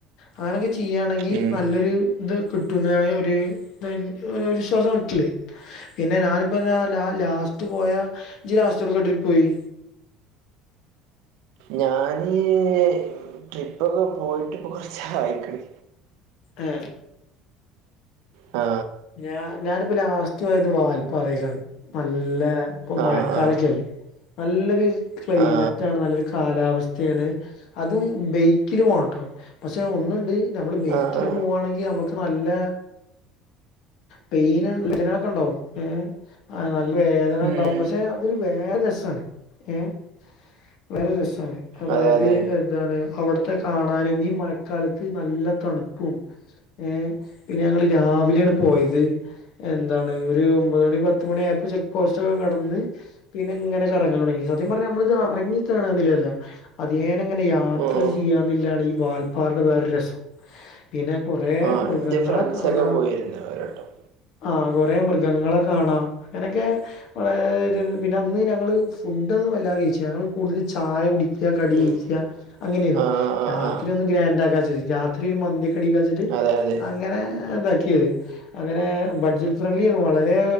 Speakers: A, on the left (about 65°); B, on the right (about 75°).
A: അങ്ങനൊക്കെ ചെയ്യയാണെങ്കിൽ
B: ഉം
A: നല്ലൊരു ഇത് കിട്ടുന്നാണ് ഒരു തനിക്ക് വിശ്വാസം വന്നിട്ടില്ലെ പിന്നെ ഞാനിപ്പ ല ലാസ്റ്റ് പോയാ ജി ലാസ്റ്റ് എവ്ട്ക്കെ ട്രിപ്പ് പോയെ
B: ഞാന് ഈഹ് ട്രിപ്പ് ഒക്കെ പോ പോയിട്ട് കൊറച്ചായിക്ക്‌ണ്.
A: ഏഹ്?
B: ഹാ
A: ഞാ ഞാനിപ്പ ലാസ്റ്റ് പോയത് വാൽപ്പാറയിലാണ്. നല്ല, ഇപ്പൊ
B: ആ
A: മഴക്കാലൊക്കയല്ലേ?
B: ആ
A: നല്ലൊരു ക്ലൈമറ്റാണ്
B: ആ
A: നല്ലൊരു കാലാവസ്ഥയാണ്. അതും ബെയ്ക്കില് പോണട്ടോ. പക്ഷെ ഒന്നുണ്ട് നമ്മള് ബൈക്കില്
B: ആ ആ
A: പോവാണെങ്കി നമുക്ക് നല്ല പെയിന് <unintelligible> നക്കെണ്ടാവും ഏഹ്? ആഹ് നല്ല വേദനണ്ടാവും
B: ഉം ഉം
A: പക്ഷെ, അതൊരു വേറെ രസാണ് ഏഹ്? വേറെ രസാണ്. അതായത്
B: അതെ അതെ
A: എന്താണ് അവിടുത്തെ കാണാനും ഈ മഴക്കാലത്ത് നല്ല തണുപ് പും ഏഹ് പിന്നെ ഞങ്ങള് രാവിലെയാണ് പോയത് എന്താണ് ഒരു ഒമ്പത് മണി പത്ത് മണി ആയപ്പോ ചെക്ക് പോസ്റ്റൊക്കെ കടന്ന് പിന്നെ ഇങ്ങനെ കറങ്ങല് തൊടങ്ങി. സത്യം പറഞ്ഞാ നമ്മളിത് എറങ്ങി കാണന്നില്ലല്ലാ? അതിയേന ഇങ്ങനെ യാത്ര
B: ഉം ഉം
A: ചെയ്യാന്നില്ലാണ് ഈ വാൽപ്പാറടെ വേറൊരു രസം. പിന്നെ കുറേ
B: ആ
A: മൃഗങ്ങളെ
B: എന്റെ
A: കാണാ.
B: ഒക്കെ പോയിരുന്നു ഒരുവട്ടം
A: ആഹ് കൊറേ മൃഗങ്ങളെ കാണാം അങ്ങനൊക്കെ ഈഹ് ഒരു പിന്നെ അന്ന് ഞങ്ങള് ഫുഡ്ഡൊന്നും വല്ലാതെ കഴിച്ചില്ല. ഞങ്ങള് കൂടുതല് ചായ കുടിക്ക കടി
B: ഉം
A: കഴിക്ക അങ്ങനെയേനു.
B: ആ ആ ആ
A: രാത്രി
B: ആ
A: ഒന്ന് ഗ്രാൻഡാക്കാ വിചാരിച്ചിട്ട്. രാത്രി ഒരു മന്തിയൊക്കെ അടിക്കാ വെച്ചിട്ട്
B: അതെ അതെ
A: അങ്ങനെ ഇതാക്കിയത്. അങ്ങനേ ബഡ്ജറ്റ് ഫ്രണ്ട്ലിയേന്നു. വളരേ